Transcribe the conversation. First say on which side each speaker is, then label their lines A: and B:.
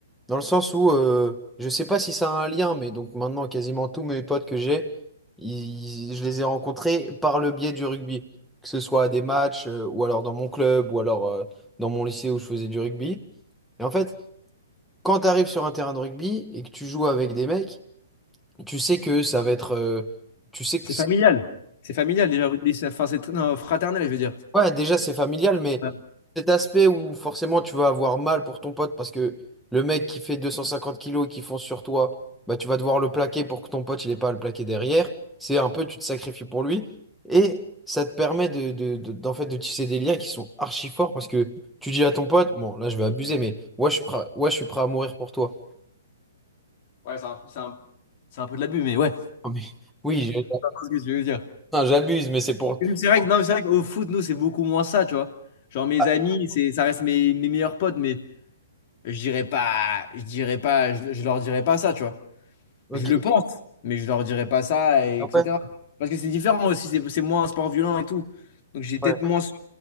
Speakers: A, in the centre; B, on the left.
A: Dans le sens où, euh, je sais pas si ça a un lien, mais donc maintenant, quasiment tous mes potes que j'ai, ils- je les ai rencontrés par le biais du rugby. Que ce soit à des matchs, euh, ou alors dans mon club, ou alors euh, dans mon lycée où je faisais du rugby. Et en fait, quand tu arrives sur un terrain de rugby et que tu joues avec des mecs, tu sais que ça va être. euh, tu sais
B: C'est
A: que.
B: familial. C'est familial déjà, le rugby. C'est- Enfin, c'est tr- non, fraternel, je veux dire.
A: Ouais, déjà c'est familial, mais
B: Ouais,
A: cet aspect où forcément tu vas avoir mal pour ton pote parce que le mec qui fait 250 kilos et qui fonce sur toi, bah tu vas devoir le plaquer pour que ton pote il ait pas à le plaquer derrière. C'est un peu, tu te sacrifies pour lui et ça te permet de, de- de- d'en fait, de tisser des liens qui sont archi forts parce que tu dis à ton pote, bon là je vais abuser, mais ouais je suis prêt, ouais, je suis prêt à mourir pour toi.
B: Ouais, c'est un, c'est un- c'est un peu de l'abus, mais ouais. C'est
A: Ah, mais <laughs> oui, j'ai-
B: ce que je veux dire.
A: enfin, j'abuse, mais c'est pour...
B: C'est vrai
A: pour-
B: que, non, mais c'est vrai qu'au foot, nous, c'est beaucoup moins ça, tu vois. Genre, mes
A: Ah,
B: amis, c'est, ça reste mes, mes meilleurs potes, mais je dirais pas, je dirais pas, je, je leur dirais pas ça, tu vois.
A: ok.
B: Je le pense, mais je leur dirais pas ça, et
A: Ah
B: etc.
A: ouais,
B: Parce que c'est différent aussi, c'est c'est moins un sport violent et tout. Donc, j'ai peut-être
A: ouais,
B: moins ce,